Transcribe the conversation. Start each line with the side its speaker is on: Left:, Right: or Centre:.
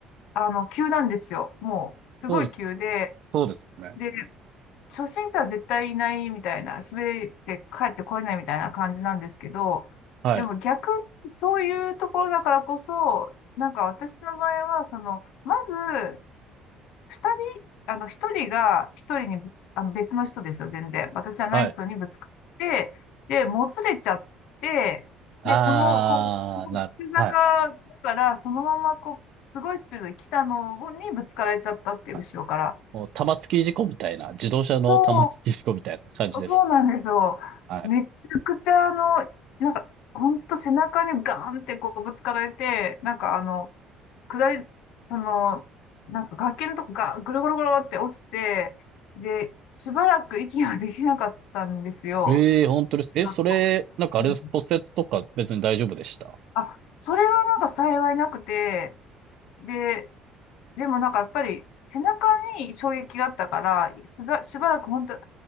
Left: あの、急なんですよ。もう、すごい急で、
Right: そうです。そうですよね。
Left: で、初心者は絶対いないみたいな、滑って帰ってこれないみたいな感じなんですけど、
Right: はい。
Left: でも逆にそういうところだからこそ、なんか私の場合は、その、まず、二人、あの、一人が一人にぶ、あの、別の人ですよ、全然。私じゃない人にぶつかって、
Right: はい。
Left: で、もつれちゃって、
Right: あー、
Left: で、その、こう、
Right: なる。
Left: 急坂だから、
Right: はい。
Left: そのまま、こう、すごいスピードで来たのにぶつかられちゃったっていう、
Right: はい。
Left: 後ろから。
Right: もう玉突き事故みたいな、自動車の玉突き事故みたいな感じです。
Left: そう、そうなんですよ。
Right: はい。
Left: めちゃくちゃ、あの、なんか、ほんと背中にガーンってこうぶつかられて、なんかあの、下り、その、なんか崖のとこがぐるぐるぐるって落ちて、で、しばらく息ができなかったんですよ。
Right: ええ本当です。え、
Left: なんか。
Right: それ、なんかあれです。
Left: うん
Right: 骨折とか別に大丈夫でした
Left: あ、それはなんか幸いなくて、で、でもなんかやっぱり背中に衝撃があったから、しば、しばらく本当、あ、